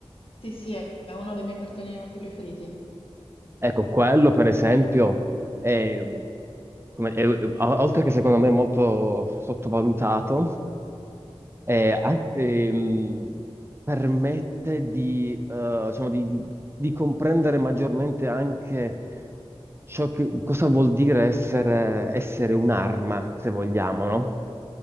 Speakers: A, on the left; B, on the right.
A: Sì, sì, è uno dei miei cartoni animati preferiti.
B: Ecco, quello per esempio è, come- è- o- oltre che secondo me molto sottovalutato, è anche- ehm, permette di, eh, diciamo, di di- di comprendere maggiormente anche ciò che- cosa vuol dire essere, essere un'arma, se vogliamo, no?